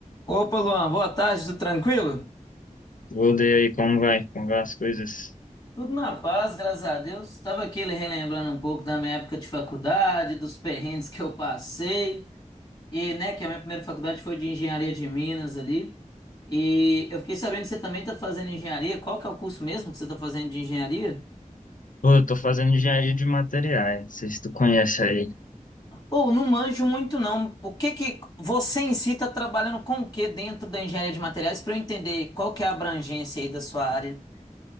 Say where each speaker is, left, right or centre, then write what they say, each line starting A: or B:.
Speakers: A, on the left; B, on the left.
A: Opa, Luan, boa tarde, tudo tranquilo?
B: Tudo e aí, como vai? Como vai as coisas?
A: Tudo na paz, graças a Deus. Estava aqui relembrando um pouco da minha época de faculdade, dos perrengues que eu passei, e né, que a minha primeira faculdade foi de engenharia de Minas ali. E eu fiquei sabendo que você também está fazendo engenharia. Qual que é o curso mesmo que você está fazendo de engenharia?
B: Pô, eu tô fazendo engenharia de materiais, não sei se tu conhece aí.
A: Ou não manjo muito não. O que que você em si está trabalhando com o que dentro da engenharia de materiais para eu entender qual que é a abrangência aí da sua área?